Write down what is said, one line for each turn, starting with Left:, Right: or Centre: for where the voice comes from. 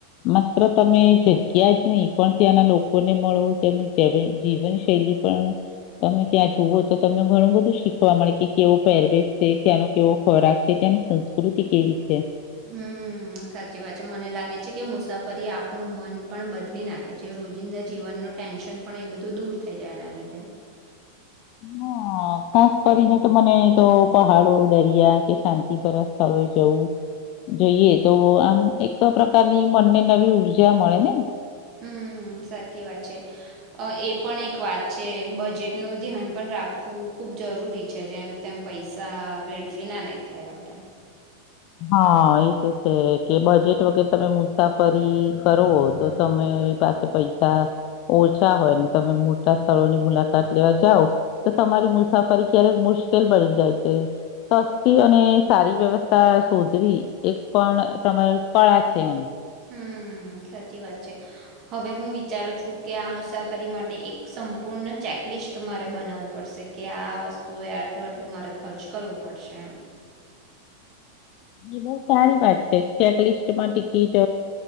Left: માત્ર તમે જગ્યા જ નહી. પણ ત્યાંના લોકોને મળો તેમની જ જીવનશૈલી પણ તમે ત્યાં જુઓ તો તમને ઘણું બધું શીખવા મળે કે કેવો પેરવેેશ છે ત્યાંનો કેવો ખોરાક છે ત્યાંની સંસ્કૃતિ કેવી છે.
Right: હમ સાચી વાત છે મને લાગે છે કે મુસાફરી આપણું મન પણ બદલી નાખે છે રોજિંદા જીવનનું ટેન્શન પણ એ બધું દૂર થઈ જાય એના લીધે.
Left: હા. ખાસ કરીને તો મને તો પહાડો દરિયા કે શાંતિપ સ્થળો જવું જોઈએ તો આમ એક પ્રકારની મનને નવી ઉર્જા મળે ને.
Right: હમ સાચી વાત છે એ પણ એક વાત છે બજેટનું ધ્યાન પણ રાખવું ખુબ જરૂરી છે જેમ તેમ પૈસા વેડફી ના દેખાય આપડે.
Left: હા એ તો છે કે બજેટ વગેર તમે મુસાફરી કરો તો તમે પાસે પૈસા ઓછા હોય ને તમે મોટા સ્થળોની મુલાકાત લેવા જાઓ તો તમારી મુસાફરી ક્યારેક મુશ્કેલ પડી જાય છે સસ્તી અને સારી વ્યવસ્થા શોધવી એક પણ તમે કળા છે એમ.
Right: હમ્ સાચી વાત છે હવે હું વિચારું છું કે આ મુસાફરી માટે એક સંપૂર્ણ ચેકલિસ્ટ મારે બનાવવું પડશે કે આ વસ્તુએ આટલું આટલું મારે ખર્ચ કરવું પડશે એમ.
Left: એ બહુ સારી વાત છે ચેકલિસ્ટમાં ટિકિટ